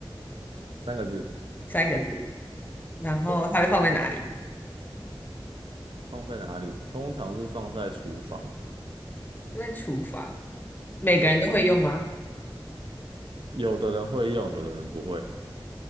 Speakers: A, on the right; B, on the left.
A: 三个字，
B: 三个字，然后它会放在哪里？
A: 对，放在哪里？通常是放在厨房，
B: 在厨房，每个人都会用吗？
A: 对。有的人会用，有的人不会，